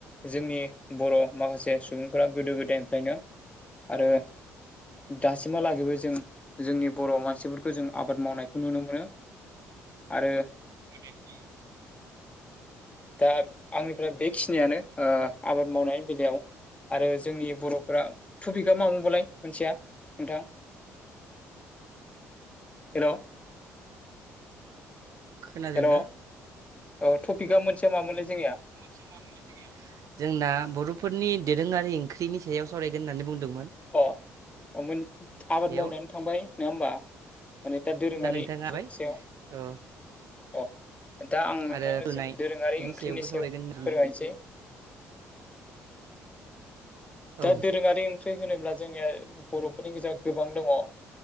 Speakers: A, on the left; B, on the right.
A: जोंनि बर' माखासे सुबुंफोरा गोदो गोदायनिफ्रायनो आरो दासिमहालागैबो जों जोंनि बर' मानसिफोरखौ जों आबाद मावनायखौ नुनो मोनो आरो
B: <unintelligible>
A: दा आंनिफ्राय बेखिनियानो ओ आबाद मावनाय बेलायाव आरो जोंनि बर'फोरा, टपिकआ मा बुंबावलाय मोनसेया नोंथां? हेल'!
B: खोनादों
A: हेल'
B: ना?
A: औ टपिकआ मोनसेया मामोनलाय जोंनिया?
B: समा मोनला जोंनिया जोंना बर'फोरनि दोरोंङारि ओंख्रिनि सायाव सावरायगोन होननानै बुंदोंमोन।
A: अह अ आबाद
B: बेयाव
A: मावनायानो थांबाय नंङा होमबा। माने दा दोरोंङारि
B: नोंथाङा हाबाय
A: ख्रिनि सायाव
B: औ
A: अह दा आं नोंथांनो
B: आरो रुनाय
A: जों दोरोंङारि
B: बिनि
A: ओंख्रिनि
B: सायावबो
A: सायाव
B: सावरायगोन होन
A: फोरमायनोसै।
B: औ
A: दा दोरोंङारि ओंख्रि होनोब्ला जोंनिया बर'फोरनि गेजेराव गोबां दङ।